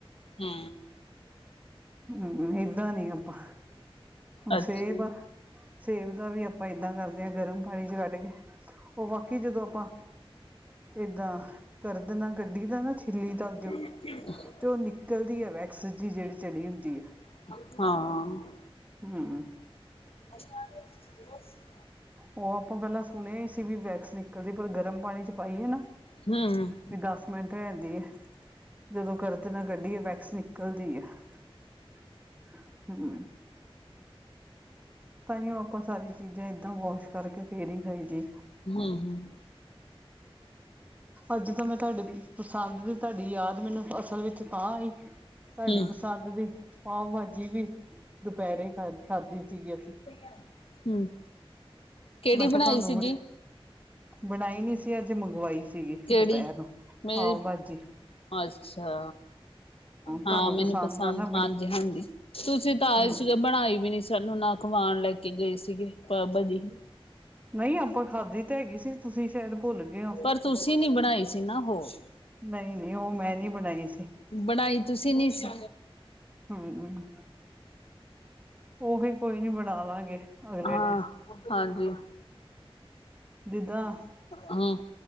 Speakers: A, on the left; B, on the right.
A: ਹੂ
B: ਹੂ ਏਦਾਂ ਨੀ ਆਪਾਂ ਹੁਣ
A: ਅੱਛਾ
B: ਸੇਬ ਆ ਸੇਬ ਦਾ ਵੀ ਆਪਾਂ ਏਦਾਂ ਕਰਦੇ ਹਾਂ ਗਰਮ ਪਾਣੀ ਚ ਕੱਢ ਕੇ, ਉਹ ਬਾਕੀ ਜਦੋਂ ਆਪਾਂ ਏਦਾਂ ਕਰਦ ਨਾਲ ਕੱਢੀ ਦਾ ਨਾ ਛਿੱਲੀ ਦਾ ਅੱਗੇਓ
A: <inaudible>
B: ਤੇ ਉਹ ਨਿਕਲਦੀ ਹੈ ਵੈਕਸ ਜੀ ਜਿਹੜੀ ਚੜੀ ਹੁੰਦੀ ਐ
A: ਹਾਂ
B: ਹਮ
A: <inaudible>
B: ਉਹ ਆਪਾਂ ਪਹਿਲਾਂ ਸੁਣਿਆ ਸੀ ਵੀ ਵੈਕਸ ਨਿ ਕਲਦੀ ਪਰ ਗਰਮ ਪਾਣੀ ਚ ਪਾਈਏ ਨਾ
A: ਹੂੰ ਹੂੰ
B: ਵੀ ਦਸ ਮਿੰਟ ਰੇਂਹਦੀ ਏ ਜਦੋਂ ਕਰਦ ਨਾ ਕੱਢੀਏ ਵੈਕਸ ਨਿਕਲਦੀ ਐ ਹਮ ਤਾਂਹੀ ਉਹ ਆਪਾਂ ਸਾਰੀ ਚੀਜ਼ਾਂ ਏਦਾਂ ਵਾਸ਼ ਕਰਕੇ ਫੇਰ ਹੀ ਖਾਈਦੀ
A: ਹਮ ਹਮ
B: ਅੱਜ ਤਾਂ ਮੈਂ ਤੁਹਾਡੀ ਪਸੰਦ ਦੀ ਤੁਹਾਡੀ ਯਾਦ ਮੈਨੂੰ ਅਸਲ ਵਿੱਚ ਤਾਂ ਆਈ ਤੁਹਾਂਡੀ
A: ਹੂੰ
B: ਪਸੰਦ ਦੀ ਪਾਓ ਭਾਜੀ ਵੀ ਦੁਪਹਿਰੇ ਖਾ ਖਾਧੀ ਸੀਗੀ ਅਸੀਂ
A: ਹਮ ਕਿਹੜੀ
B: ਮੈਂ ਕਿਹਾ
A: ਬਣਾਈ
B: ਤੁਹਾਨੂੰ
A: ਸੀਗੀ
B: ਬਣਾਈ ਨੀ ਸੀ ਅੱਜ ਮੰਗਵਾਈ ਸੀਗੀ
A: ਕਿਹੜੀ
B: ਦੁਪਹਿਰ ਨੂੰ
A: ਮੇਰੀ
B: ਪਾਓ ਭਾਜੀ
A: ਅੱਛਾ ਹਾਂ
B: ਤੁਹਾਨੂੰ
A: ਮੈਨੂੰ ਪਸੰਦ
B: ਆ ਨਾ
A: ਹਾਂਜੀ
B: ਬੜੀ
A: ਹਾਂਜੀ ਤੁਸੀਂ ਤਾਂ
B: ਹੂੰ
A: ਆਏ ਸੀਗੇ ਬਣਾਈ ਵੀ ਨੀ ਸਾਨੂੰ ਨਾ ਖਵਾਣ ਲੈ ਕੇ ਗਏ ਸੀਗੇ ਪਾਓ ਭਾਜੀ
B: ਨਹੀਂ ਆਪਾਂ ਖਾਧੀ ਤੇ ਹੈਗੀ ਸੀ ਤੁਸੀਂ ਸ਼ਾਇਦ ਭੁੱਲ ਗਏ ਹੋ
A: ਪਰ ਤੁਸੀਂ ਨੀ ਬਣਾਈ ਸੀ ਨਾ ਉਹ
B: ਨਹੀਂ ਨਹੀਂ ਉਹ ਮੈਂ ਨੀ ਬਣਾਈ
A: ਬਣਾਈ ਤੁਸੀਂ ਨੀ ਸੀ
B: ਹਮ ਉਵੀ ਕੋਈ ਨੀ ਬਣਾ ਲਾਂਗੇ ਅਗਲੇ
A: ਹਾਂ
B: ਟਾਈਮ
A: ਹਾਂਜੀ
B: ਜਿੱਦਾਂ
A: ਹਾਂ